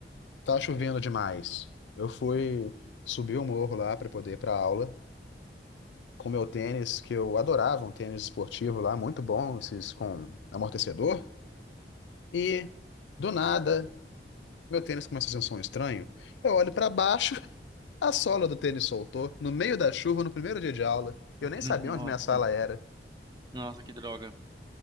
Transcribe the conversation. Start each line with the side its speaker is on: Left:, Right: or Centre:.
Left: tá chovendo demais. Eu fui subir o morro lá para poder ir para aula com meu tênis, que eu adorava, um tênis esportivo lá, muito bom, esses com amortecedor. E do nada. Meu tênis começa a fazer um som estranho. Eu olho pra baixo, <laughs> a sola do tênis soltou, no meio da chuva, no primeiro dia de aula. Eu nem
Right: Hum,
Left: sabia
Right: Nossa,
Left: onde minha sala era.
Right: nossa, que droga.